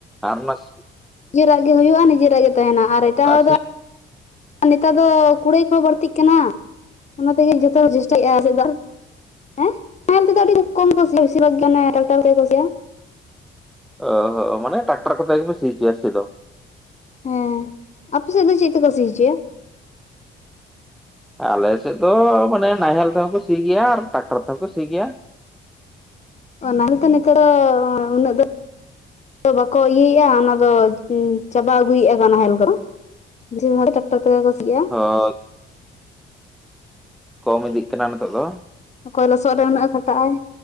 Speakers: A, in the centre; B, on the left.
A: ᱟᱨ ᱱᱟᱥ
B: ᱱᱤᱡᱮᱨᱟᱜ ᱜᱮ ᱦᱩᱭᱩᱜᱼᱟ, ᱱᱤᱡᱮᱨᱟᱜ ᱜᱮ ᱛᱟᱸᱦᱮᱱᱟ ᱟᱨ ᱮᱴᱟᱜ ᱦᱚᱲ ᱫᱚ
A: ᱥᱤ
B: ᱱᱮᱛᱟᱨ ᱫᱚ ᱠᱩᱲᱟᱹᱭ ᱠᱚᱦᱚᱸ ᱵᱟᱹᱲᱛᱤᱜ ᱠᱟᱱᱟ ᱚᱱᱟ ᱛᱮᱜᱮ ᱡᱚᱛᱚ ᱪᱮᱥᱴᱟᱭᱮᱫᱼᱟ ᱪᱮᱫᱟᱜ ᱦᱮᱸ ᱧᱮᱞ ᱛᱮ ᱫᱚ ᱟᱹᱰᱤ ᱠᱚᱢ ᱠᱚ ᱥᱤ ᱟ ᱵᱮᱥᱤᱨ ᱵᱷᱟᱜᱽ ᱜᱮ ᱚᱱᱟ ᱴᱟᱠᱴᱟᱨ ᱛᱮᱜᱮ ᱥᱤ
A: ᱚ ᱦᱚᱸ ᱢᱟᱱᱮ ᱴᱟᱠᱴᱟᱨ ᱠᱚᱛᱮ ᱜᱮᱯᱮ ᱥᱤ ᱦᱚᱪᱚᱭᱟ ᱥᱤᱫ ᱫᱚ
B: ᱦᱮᱸ ᱟᱯᱮ ᱥᱮᱫ ᱫᱚ ᱪᱮᱫ ᱛᱮ ᱠᱚ ᱥᱤ ᱦᱚᱪᱚᱭᱟ?
A: ᱟᱞᱮ ᱥᱮᱫ ᱫᱚ ᱢᱟᱱᱮ ᱱᱟᱦᱮᱞ ᱛᱮᱦᱚᱸ ᱠᱚ ᱥᱤ ᱜᱮᱭᱟ ᱟᱨ ᱴᱟᱠᱴᱟᱨ ᱛᱮᱦᱚᱸ ᱠᱚ ᱥᱤ ᱜᱮᱭᱟ᱾
B: ᱚᱱᱟ ᱜᱮᱛᱚ ᱱᱤᱛᱚᱜ ᱫᱚ ᱩᱱᱟᱹᱜ ᱫᱚ ᱵᱟᱠᱚ ᱤᱭᱟᱹᱭᱮᱫᱼᱟ ᱚᱱᱟ ᱫᱚ ᱪᱟᱵᱟ ᱟᱹᱜᱩᱭᱮᱜᱼᱟ ᱠᱚ ᱱᱟᱦᱮᱞ ᱠᱚᱫᱚ ᱡᱮ ᱵᱷᱟᱵᱽ ᱴᱟᱠᱴᱟᱨ ᱛᱮᱜᱮ ᱠᱚ ᱥᱤᱜ-ᱟ
A: ᱦᱚᱠ ᱠᱚᱢ ᱤᱫᱤᱜ ᱠᱟᱱᱟ ᱱᱤᱛᱚᱜ ᱫᱚ
B: ᱚᱠᱚᱭ ᱞᱚᱥᱚᱫ ᱨᱮ ᱩᱱᱟᱹᱜ ᱮ ᱠᱷᱟᱴᱟᱜ ᱟᱭ